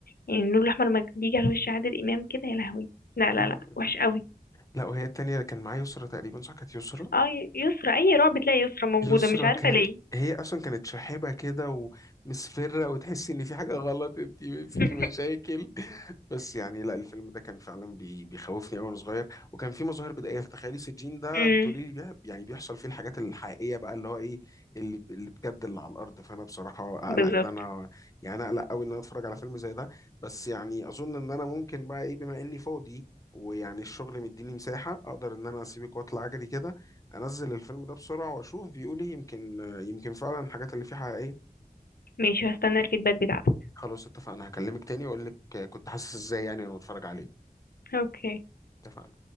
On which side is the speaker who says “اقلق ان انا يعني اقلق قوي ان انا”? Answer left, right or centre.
Left